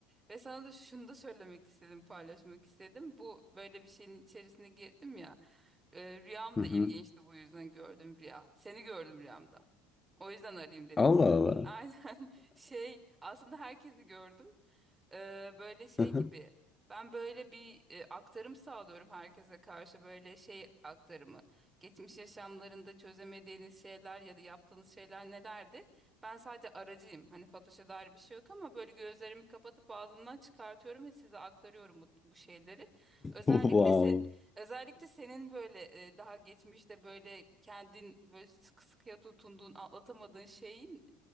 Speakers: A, on the right; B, on the left.
A: Ve sana da şunu da söylemek istedim, paylaşmak istedim. Bu böyle bir şeyin içerisine girdim ya. Ee, rüyam
B: Hı
A: da
B: hı.
A: ilginçti bu yüzden gördüm rüya. Seni gördüm rüyamda. O yüzden arayayım dedim
B: Allah
A: seni.
B: Allah.
A: <laughs> Aynen şey aslında herkesi gördüm. Ee, böyle şey
B: <laughs>
A: gibi ben böyle bir e, aktarım sağlıyorum herkese karşı böyle şey aktarımı. Geçmiş yaşamlarında çözemediğiniz şeyler ya da yaptığınız şeyler nelerdi? Ben sadece aracıyım. Hani Fatoş'a dair bir şey yok ama böyle gözlerimi kapatıp ağzımdan çıkartıyorum ve size aktarıyorum bu, bu şeyleri. Özellikle
B: Wow.
A: se- Özellikle senin böyle e, daha geçmişte böyle kendin böyle sıkı sıkıya tutunduğun, atlatamadığın şeyin